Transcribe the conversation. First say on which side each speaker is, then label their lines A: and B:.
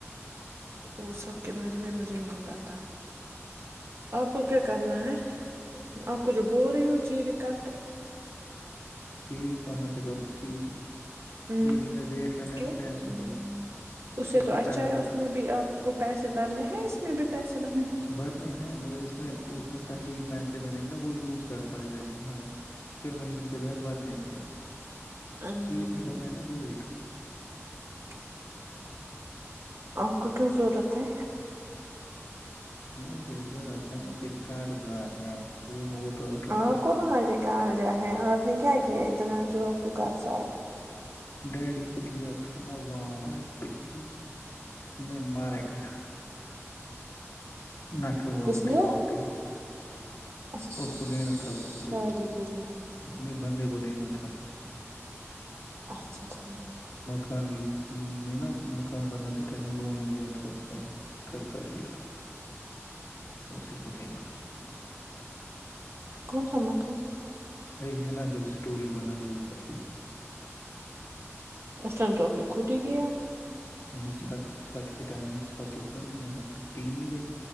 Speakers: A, on the right; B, on the left.
A: وہ سب کے بارے میں مجھے نہیں پتا آپ کو کیا کرنا ہے آپ کو جو بول رہی ہوں چیر کا تو
B: چیری کہاں سے کرو چیری
A: ہ
B: چیری میں ویٹ کرنا ہے
A: کیوں
B: نا پیسوں کا
A: اسے
B: اس
A: تو
B: میں
A: اچھا
B: پہلے
A: ہے
B: ہی
A: اس میں بھی آپ کو پیسے بھرنے ہیں اس میں بھی پیسے بھرنے
B: بٹنے ہیں مگر اس میں اس میں پہلے ہی پیسے ملیں گے وہ یوز کر پائے گا انسان پھر مہینے کے بعد بھرنے تھے
A: ہیں۔
B: چیر میں کرنا ہے نا وٹ
A: <inaudible> آپ کو کیوں ضرورت ہے؟
B: مجھے ضرورت ہے مجھے قرض ہے وہ اتارنا
A: آپ کو وہاں آ کے کہال جا ہے آپ نے کیا کیا اتنا جو آپ کو قبضہ ہے
B: ڈیڈی کو دیا تھا نا وہڑی پیز میں مارا گیا ن کو بولتی
A: کس لیے
B: بولتی
A: اچھا شادی
B: اس کو دینا تھا بندے کو
A: کے لیے
B: نہیں بندے کو کو دینا تھا
A: اچھا اھ
B: مکان وز یہ نا مکان بنات تو ائم لون لیا تو سے قرضہ لیا تھا اسی کو دینا تھا
A: کون سا مکان
B: ارے یہ نا جب اسٹوری بنئی اوپر
A: اسٹرم تو آپ نے خود ہی کیا
B: نہیں چھت چھت کے ٹائم میں چھت اس نے د ین